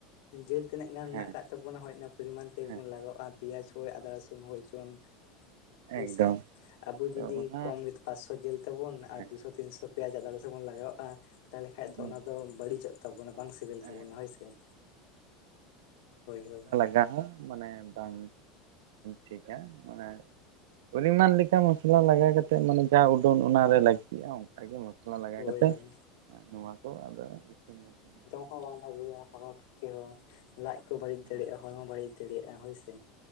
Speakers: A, on the left (about 65°); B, on the right (about 80°).
A: ᱡᱮᱞ ᱛᱤᱱᱟᱹᱜ ᱜᱟᱱ ᱢᱮᱱᱟᱜ
B: ᱦᱮᱸ
A: ᱟᱠᱟᱫ ᱛᱟᱵᱚᱱᱟ ᱦᱳᱭ ᱚᱱᱟ ᱯᱚᱨᱤᱢᱟᱱ ᱛᱮᱜᱮᱵᱚᱱ
B: ᱦᱮᱸ
A: ᱞᱟᱹᱜᱟᱣ ᱟ ᱯᱮᱸᱭᱟᱡ ᱠᱚ ᱟᱫᱟ ᱨᱟᱹᱥᱩᱱ ᱦᱳᱭᱪᱚᱱ ᱦᱳᱭᱥᱮ
B: ᱮᱠᱫᱚᱢ
A: ᱟᱵᱚ
B: ᱛᱚ
A: ᱡᱩᱫᱤ
B: ᱚᱱᱟ
A: ᱠᱚᱢ ᱯᱟᱥᱥᱚ ᱡᱤᱞ ᱛᱟᱵᱚᱱ
B: ᱦᱮᱸ
A: ᱟᱨ ᱫᱩᱥᱚ ᱛᱤᱱᱥᱚ ᱯᱮᱭᱟᱡ ᱟᱫᱟ ᱨᱟᱹᱥᱩᱱ ᱵᱚᱱ ᱞᱟᱜᱟᱣᱟᱜ-ᱟ ᱛᱟᱦᱞᱮ ᱠᱷᱟᱡ ᱫᱚ
B: ᱦᱩᱸ
A: ᱚᱱᱟ ᱫᱚ ᱵᱟᱹᱲᱤᱡᱚᱜ ᱛᱟᱵᱚᱱᱟ ᱵᱟᱝ ᱥᱤᱵᱤᱞ ᱛᱟᱵᱚᱱᱟ
B: ᱦᱮᱸ
A: ᱦᱳᱭ ᱥᱮ᱾ᱦᱳᱭ ᱦᱳᱭ
B: ᱡᱟᱦᱟᱸ ᱢᱟᱱᱮ ᱵᱟᱝ ᱴᱷᱤᱠᱟ ᱢᱟᱱᱮ ᱯᱚᱨᱤᱢᱟᱱ ᱞᱮᱠᱟ ᱢᱚᱥᱞᱟ ᱞᱟᱜᱟᱣ ᱠᱟᱛᱮᱜ ᱢᱟᱱᱮ ᱡᱟ ᱩᱰᱟᱹᱱ ᱚᱱᱟᱨᱮ ᱞᱟᱹᱠᱛᱤᱜ-ᱟ ᱟᱜᱮ ᱢᱚᱥᱞᱟ ᱞᱟᱜᱟ
A: ᱦᱳᱭ
B: ᱠᱟᱛᱮᱜ
A: ᱦᱳᱭ
B: ᱱᱚᱣᱟ ᱠᱚ ᱟᱫᱚ ᱤᱥᱤᱱ ᱵᱟᱥᱤᱱ
A: ᱦᱳᱭ ᱟᱢ ᱵᱷᱟᱜᱮᱭᱟ ᱦᱚᱲᱚ ᱯᱚᱠᱠᱷᱮ ᱦᱚᱸ ᱞᱟᱡ ᱠᱚ ᱵᱟᱹᱲᱤᱡ ᱫᱟᱲᱮᱜ-ᱟ
B: ᱦᱳᱭ
A: ᱦᱚᱲᱢᱚ ᱵᱟᱹᱲᱤᱡ ᱫᱟᱲᱮᱭᱟᱜ-ᱟ ᱦᱳᱭᱥᱮ᱾